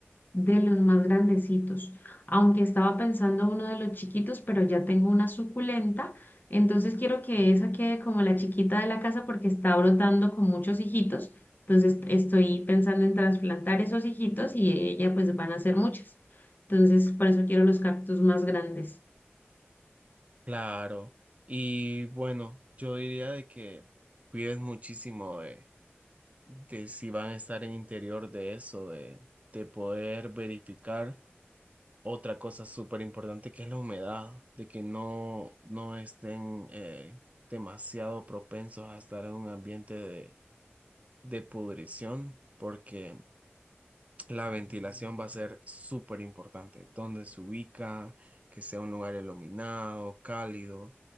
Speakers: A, on the left (about 45°); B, on the right (about 35°).
A: de los más grandecitos, aunque estaba pensando uno de los chiquitos, pero ya tengo una suculenta, entonces quiero que esa quede como la chiquita de la casa porque está brotando con muchos hijitos, entonces estoy pensando en trasplantar esos hijitos y ella pues van a ser muchas, entonces por eso quiero los cactus más grandes.
B: Claro. Y bueno, yo diría de que cuides muchísimo de, de si van a estar en interior de eso, de, de poder verificar otra cosa súper importante que es la humedad, de que no, no estén eh, demasiado propensos a estar en un ambiente de, de pudrición, porque La ventilación va a ser súper importante. Dónde se ubica, que sea un lugar iluminado, cálido.